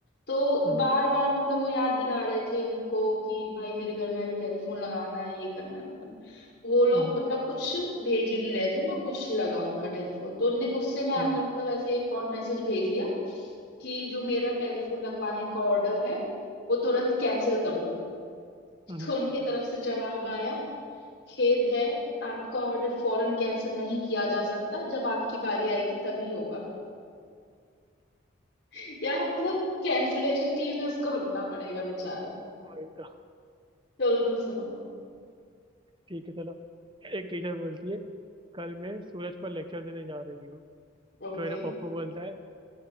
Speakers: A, on the left (about 55°); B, on the right (about 25°).
A: तो
B: हम्म
A: बार बार मतलब वो याद दिला रहे थे उनको कि भाई मेरे घर में अभी टेलीफोन लगाना है ये करना है वो करना है। वो लोग
B: हम्म,
A: मतलब कुछ भेज ही नहीं रहे थे ना कुछ लगा उनका टेलीफोन तो उनने गुस्से में आकर
B: ठीक है
A: मतलब ऐसे एक और मैसेज भेज दिया कि जो मेरा टेलीफोन लगवाने का ऑर्डर है वो तुरंत कैंसिल कर दो <laughs>
B: हम्म
A: तो उनके तरफ से जवाब आया खेद है आपका ऑर्डर फौरन कैंसिल नहीं किया जा सकता जब आपकी बारी आएगी तभी होगा <laughs> या मतलब कैंसलेशन के लिए भी उसको रुकना पड़ेगा बेचारा
B: वही तो
A: चलो तुम सुनो
B: ठीक है चलो एक टीचर बोलती है कल मैं सूरज पर लेक्चर देने जा रही हूँ
A: ओके
B: तो मेरा पप्पू बोलता है